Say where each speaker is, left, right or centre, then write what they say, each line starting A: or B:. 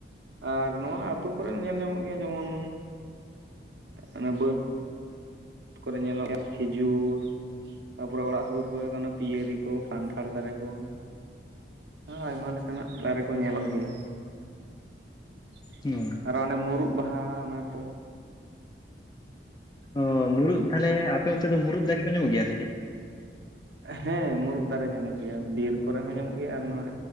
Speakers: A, on the right; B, on the left.
A: ᱟᱨ ᱱᱚᱣᱟ ᱟᱹᱛᱳ ᱠᱚᱨᱮ ᱧᱮᱞ ᱧᱟᱢᱚᱜ ᱜᱮᱭᱟ ᱡᱮᱢᱚᱱ ᱮᱸ ᱵᱟᱹᱫ ᱠᱚᱨᱮ ᱧᱮᱞᱚᱜ ᱜᱮᱭᱟ ᱠᱷᱤᱡᱩᱨ ᱛᱟᱨᱯᱚᱨᱮ ᱚᱲᱟᱜ ᱥᱳᱨ ᱠᱚᱨᱮ ᱫᱚ, ᱯᱤᱭᱟᱹᱨᱤ ᱠᱚ ᱠᱟᱱᱴᱷᱟᱲ ᱫᱟᱨᱮ ᱠᱚ᱾ ᱟᱭᱢᱟ ᱞᱮᱠᱟᱱᱟᱜ, ᱫᱟᱨᱮ ᱠᱚ ᱧᱮᱞᱚᱜ ᱜᱮᱭᱟ᱾ <inaudible> <inaudible>
B: ᱦᱩᱸ <inaudible>
A: ᱟᱨ ᱚᱱᱮ ᱢᱩᱨᱩᱫ ᱵᱟᱦᱟ ᱚᱱᱟ ᱠᱚ᱾
B: ᱚ ᱢᱩᱨᱩᱫ ᱛᱟᱦᱚᱞᱮ, ᱟᱯᱮ ᱚᱱᱛᱮ ᱫᱚ ᱢᱩᱨᱩᱫ ᱫᱟᱨᱮ ᱠᱚ, ᱧᱟᱢᱚᱜ ᱜᱮᱭᱟ ᱥᱮ ᱪᱮᱫ?
A: ᱦᱮᱸ ᱢᱩᱨᱩᱫ ᱫᱟᱨᱮ ᱧᱟᱢᱚᱜ ᱜᱮᱭᱟ, ᱵᱤᱨ ᱠᱚᱨᱮ ᱦᱚᱸ ᱧᱟᱢᱚᱜ ᱜᱮᱭᱟ ᱟᱨ ᱱᱚᱣᱟ